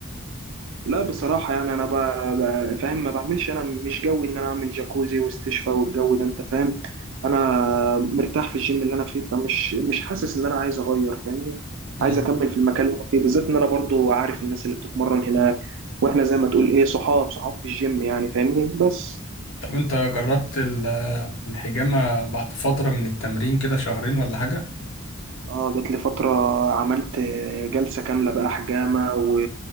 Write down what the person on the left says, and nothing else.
مم.
طب انت جربت ال- الحجامة بعد فترة من التمرين كده شهرين ولا حاجة